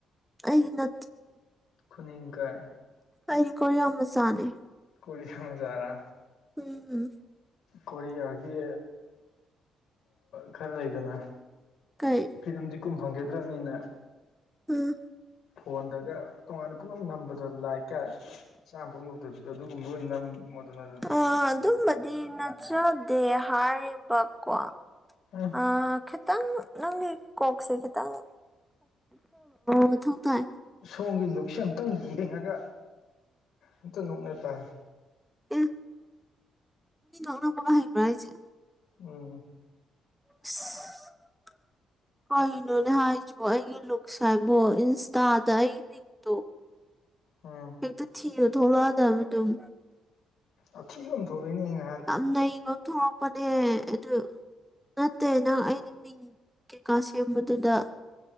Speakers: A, in the centre; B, on the left.
A: ꯑꯩ ꯅ
B: ꯈꯨꯅꯤꯡ ꯀꯥꯏ
A: ꯑꯩꯀꯣ ꯌꯥꯝꯅ ꯆꯥꯅꯦ
B: ꯀꯔꯤꯌꯥ ꯃ ꯆꯔꯥ
A: ꯎꯝ
B: ꯀꯣꯔꯤꯌꯥꯒꯤ ꯈꯔ ꯂꯩꯗꯅ
A: ꯀ ꯀꯩ
B: ꯐꯤꯂꯝꯗꯤ ꯀꯨꯝ ꯐꯪꯒꯗ꯭ꯔꯕꯅꯤꯅ
A: ꯎꯝ
B: ꯐꯣꯟꯗꯒ ꯇꯣꯉꯥꯟꯅ ꯄꯨꯝꯅꯃꯛ ꯅꯝꯕ ꯗꯣ ꯂꯥꯏꯔꯤꯛꯀ ꯆꯥꯝꯕ ꯌꯧꯗꯕꯤꯗ ꯑꯗꯨꯒꯨꯝꯕ ꯑꯣꯏꯅ ꯑꯗꯨꯗꯤ
A: ꯑ ꯑꯗꯨꯝꯕꯗꯤ ꯅꯠꯆꯗꯦ ꯍꯥꯏꯔꯤꯕꯀꯣ
B: ꯎꯝ
A: ꯑ ꯈꯤꯇꯪ ꯅꯪꯒꯤ ꯀꯣꯛꯁꯦ ꯈꯤꯇꯪ ꯃꯊꯧ ꯇꯥꯏ
B: ꯁꯣꯝꯒꯤ ꯂꯨꯛꯁꯦ ꯑꯨꯛꯇꯪ ꯌꯦꯡꯉꯒ ꯑꯝꯇ ꯅꯣꯛꯅ ꯇꯥꯏ
A: ꯑꯦ ꯃꯤ ꯅꯣꯡꯅꯕ ꯍꯕ꯭ꯔ ꯑꯩꯥꯏꯁꯦ
B: ꯎꯝ
A: ꯑ ꯀꯩꯅꯣꯅꯦ ꯍꯥꯏꯁꯤꯕꯣ ꯑꯩꯒꯤ ꯂꯨꯛꯁ ꯍꯥꯏꯕꯣ ꯏꯟꯁꯇꯥꯗ ꯑꯩ ꯗꯣ
B: ꯎꯝ
A: ꯍꯦꯛꯇ ꯊꯤꯌꯨ ꯊꯣꯛꯂꯛꯑꯗꯕ ꯑꯗꯨꯝ
B: ꯑ ꯐꯤꯕ ꯑꯃ ꯊꯣꯛꯂꯣꯏꯅꯦꯉ
A: ꯌꯥꯝ ꯅꯩꯕ ꯊꯣꯛꯂꯛꯄꯅꯦ ꯑꯗꯨ ꯅꯠꯇꯦ ꯅꯪ ꯑꯩꯗꯤ ꯃꯤꯡ ꯀꯩꯀꯥ ꯁꯦꯝꯕꯗꯨꯗ